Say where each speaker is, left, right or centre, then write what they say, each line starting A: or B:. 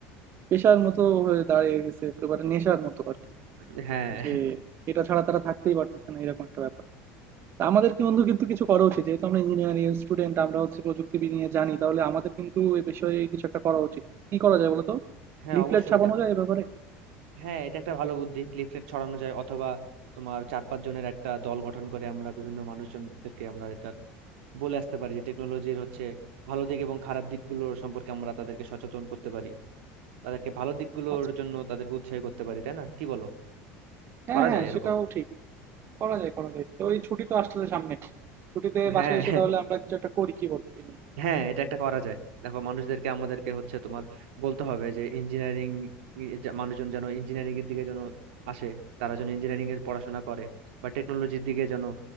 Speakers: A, on the right (about 40°); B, on the right (about 85°).
A: পেশার মতো হয়ে দাঁড়িয়ে গেছে এগুলো একটা নেশার মতো আর কি
B: <laughs> হ্যাঁ
A: যে এটা ছাড়া তারা থাকতেই পারতেছে না এরকম একটা ব্যাপার তা আমাদের কিন্তু কিন্তু কিছু করা উচিত যেহেতু আমরা ইঞ্জিনিয়ারিং স্টুডেন্ট আমরা হচ্ছে প্রযুক্তিবিদ নিয়ে জানি তাহলে আমাদের কিন্তু এই বিষয়ে কিছু একটা করা উচিত কি করা যায় বলতো
B: হ্যাঁ
A: লিফলেট
B: অবশ্যই
A: ছাপানো
B: দেখ
A: যায় এ ব্যাপারে
B: হ্যাঁ এটা একটা ভালো বুদ্ধি লিফলেট ছড়ানো যায় অথবা তোমার চার পাঁচ জনের একটা দল গঠন করে আমরা বিভিন্ন মানুষজনদেরকে আমরা এটা বলে আসতে পারি যে টেকনোলজির হচ্ছে ভালো দিক এবং খারাপ দিকগুলো সম্পর্কে আমরা তাদেরকে সচেতন করতে পারি তাদেরকে ভালো দিকগুলোর
A: আচ্ছা
B: জন্য তাদেরকে উৎসাহী করতে পারি তাই না কি বলো
A: হ্যাঁ
B: করা
A: হ্যাঁ
B: যায় এরকম
A: সেটাও ঠিক করা যায় করা যায় তো এই ছুটি তো আসতেছে সামনে ছুটিতে
B: হ্যাঁ
A: বাসায় এসে তাহলে আমরা কিছু একটা করি কি বলবো এ নিয়ে
B: <laughs> হ্যাঁ হ্যাঁ, এটা একটা করা যায় দেখো মানুষদেরকে আমাদেরকে হচ্ছে তোমার বলতে হবে যে ইঞ্জিনিয়ারিং মানুষজন যেন ইঞ্জিনিয়ারিং এর দিকে যেন আসে তারা যেন ইঞ্জিনিয়ারিং এর পড়াশোনা করে বা টেকনোলজির দিকে যেন